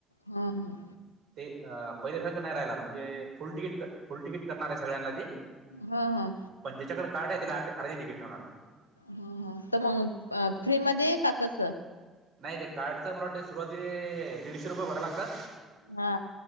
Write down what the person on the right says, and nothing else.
ते अ पहिल्यासारखं नाही राहिला आता. म्हणजे फुल टिकीट फुल टिकीट करणारे सगळ्यांना ते.
पण जाच्याकडे कार्ड आहे त्याला अर्ध तिकीट ठेवणारे.
नाही त्या कार्डच मला वाट सुरुवातीले दीडशे रुपये भरायला लागतात.